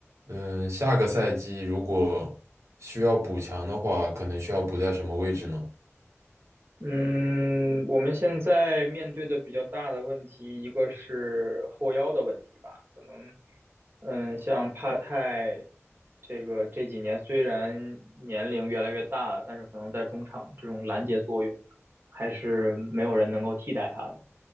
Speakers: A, on the right; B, on the right.
A: 嗯，下个赛季如果需要补强的话，可能需要补在什么位置呢？
B: 嗯，我们现在面对的比较大的问题，一个是后腰的问题吧，可能，嗯，像帕泰这个这几年虽然年龄越来越大了，但是可能在中场这种拦截作用还是没有人能够替代他的。